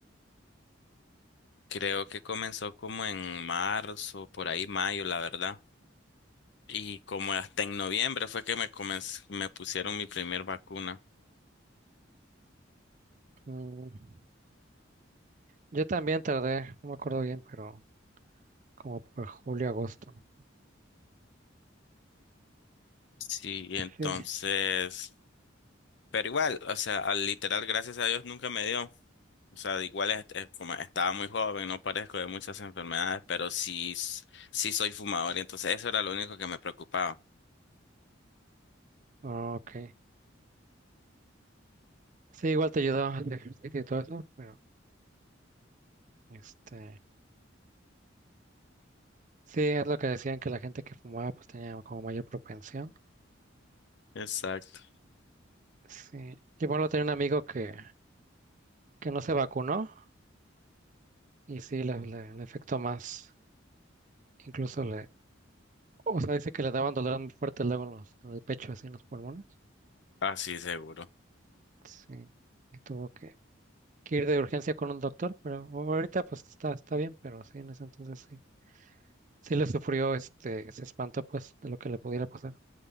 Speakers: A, on the left; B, on the right.
A: creo que comenzó como en marzo, por ahí mayo, la verdad. Y como hasta en noviembre fue que me comenz- me pusieron mi primer vacuna.
B: mm, yo también tardé, no me acuerdo bien, pero como por julio, agosto, ¿no?
A: Sí, y entonces,
B: Sí,
A: pero igual, o sea, al literal, gracias a Dios nunca me dio. O sea, igual es es como estaba muy joven, no parezco de muchas enfermedades, pero sí, s- sí soy fumador, y entonces eso era lo único que me preocupaba.
B: ah, ok. Sí, igual te ayudó el ejercicio y todo eso, pero este, sí, es lo que decían que la gente que fumaba pues tenía como mayor propensión.
A: Exacto.
B: Sí, yo por ejemplo tenía un amigo que, que no se vacunó y sí, le, le, le afectó más, incluso le, o sea, dice que le daban dolor muy fuerte luego en, los- en el pecho, así en los pulmones.
A: Ah, sí, seguro.
B: Sí, y tuvo que, que ir de urgencia con un doctor, pero bueno, ahorita pues está, está bien, pero sí, en ese entonces sí. Sí le sufrió, este, se espantó pues de lo que le pudiera pasar.